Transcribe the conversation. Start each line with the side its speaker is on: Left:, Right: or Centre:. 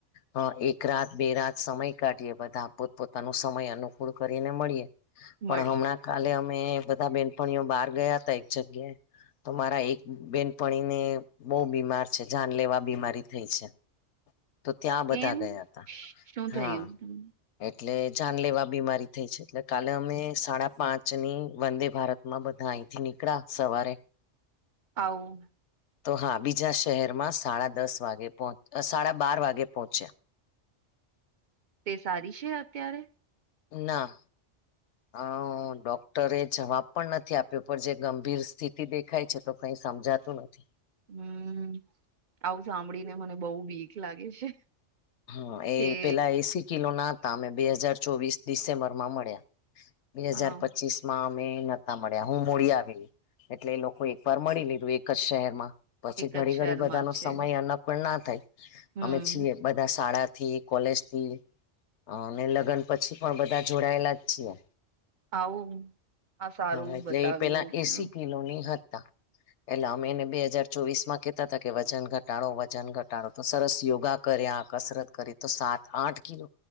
Left: હ એક રાત બે રાત સમય કાઢીએ બધા પોતપોતાનો સમય અનુકૂળ કરીને મળીએ પણ
Right: મળી
Left: હમણાં કાલે અમે બધા બેનપણીઓ બહાર ગયા હતા એક જગ્યાએ તો મારા એક બેનપણીને બહુ બીમાર છે જાન લેવા બીમારી થઈ છે તો ત્યાં બધા
Right: કેમ
Left: ગયા હતા
Right: શું
Left: હા
Right: થયું
Left: એટલે જાન લેવા બીમારી થઈ છે એટલે કાલે અમે સાડા પાંચ ની વંદે ભારત માં બધા અહીંથી નીકળ્યા સવારે
Right: આવુ
Left: તો હા બીજા શહેરમાં સાડા દસ વાગે પહો સાડા બાર વાગે પહોંચ્યા
Right: તે સારી છે અત્યારે
Left: ના અ ડોક્ટરે જવાબ પણ નથી આપ્યો પણ જે ગંભીર સ્થિતિ દેખાય છે તો કઈ સમજાતું નથી
Right: હમ આવું સાંભળીને મને બહુ બીક લાગે છે
Left: હમ એ
Right: કે
Left: પેલા એસી કિલો ના હતા અમે બે હાજાર ચોવીસ ડિસેમ્બર માં મળ્યા બે હાજાર
Right: હા
Left: પચીસ માં અમે નહતા મળ્યા હું મોડી આવેલી એટલે એ લોકો એક વાર મળી લીધું એ એક જ શહેરમાં પછી
Right: એક
Left: ઘડી
Right: જ શહેરમાં
Left: ઘડી બધાનો
Right: છે
Left: સમય અનુકૂળ ના થાય
Right: હમ
Left: અમે છીએ બધા શાળાથી કોલેજથી અને લગ્ન પછી પણ બધા જોડાયેલા જ છીએ.
Right: આવું આ સારું
Left: હ એટલે
Right: બતાવ્યું
Left: એ પેલા એસી કિલોના હતા. એટલે અમે એને બે હજાર ચોવીસ માં કેહતા હતા કે વજન ઘટાડો વજન ઘટાડો તો સરસ યોગા, કર્યા કસરત કરી તો સાત આઠ કિલો,